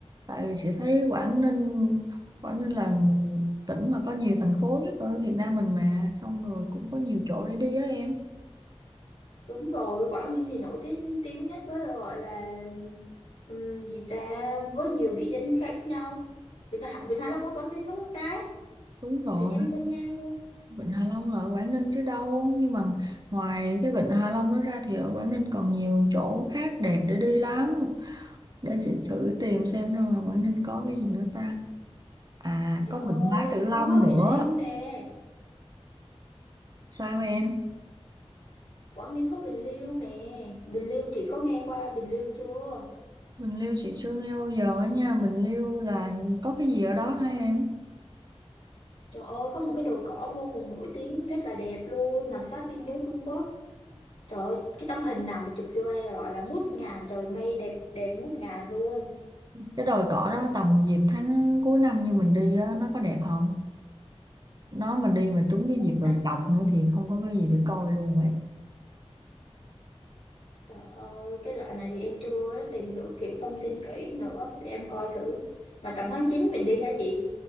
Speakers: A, on the right; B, on the left.
A: Tại vì chị thấy Quảng Ninh Quảng Ninh là tỉnh mà có nhiều thành phố nhất ở Việt Nam mình mà. Xong rồi cũng có nhiều chỗ để đi á em.
B: Đúng rồi, Quảng Ninh thì nổi tiếng tiếng nhất với gọi là ừm, gì ta với nhiều địa danh khác nhau. Vịnh Hạ Vịnh Hạ Long ở Quảng Ninh đúng không ta?
A: Đúng rồi,
B: Tự nhiên em quên ngang luôn.
A: Vịnh Hạ Long là ở Quảng Ninh chứ đâu. Nhưng mà ngoài cái Vịnh Hạ Long đó ra thì ở Quảng Ninh còn nhiều chỗ khác đẹp để đi lắm. để chị thử tìm xem xem là Quảng Ninh có cái gì nữa ta à
B: Chị
A: có
B: ơi,
A: Vịnh Bái Tử Long
B: có
A: nữa
B: Bình Liêu nè,
A: sao em
B: Quảng Ninh có Bình Liêu nè. Bình Liêu chị có nghe qua Bình Liêu chưa?
A: Bình Liêu chị chưa nghe bao giờ á nha Bình Liêu là có cái gì ở đó hả em
B: Trời ơi, có một cái đồi cỏ vô cùng nổi tiếng, rất là đẹp luôn, nằm sát biên giới Trung Quốc. Trời ơi, cái tấm hình nào mà chụp vô đây là gọi là ngút ngàn, trời mây đẹp đẹp ngút ngàn luôn.
A: cái đồi cỏ đó tầm dịp tháng cuối năm như mình đi á nó có đẹp không nó mà đi mà trúng cái
B: Không
A: dịp
B: biết
A: đồi
B: nào.
A: trọc nữa thì không có cái gì để coi luôn ấy
B: Trời ơi, cái đoạn này thì em chưa tìm được kiểu thông tin kỹ nữa để em coi thử. Mà tầm tháng chín mình đi hả chị?